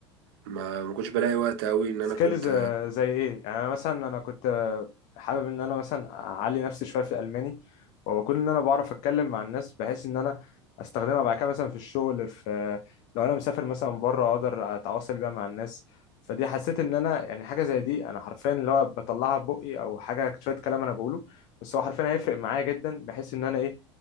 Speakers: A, on the right; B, on the left.
A: ما ما كنتش بلاقي وقت قوي ان
B: سكيلز
A: انا كنت
B: آه، زي ايه يعني انا مثلا انا كنت آه، حابب ان انا مثلا اعلي نفسي شويه في الالماني واكون ان انا بعرف اتكلم مع الناس بحيث ان انا استخدمها بعد كده مثلا في الشغل في آه، لو انا مسافر مثلا بره اقدر اتواصل بيها مع الناس فدي حسيت ان انا يعني حاجه زي دي انا حرفيا اللي هو بطلعها ببقي او حاجه شويه كلام انا بقوله بس هو حرفيا هيفرق معايا جدا بحيث ان انا ايه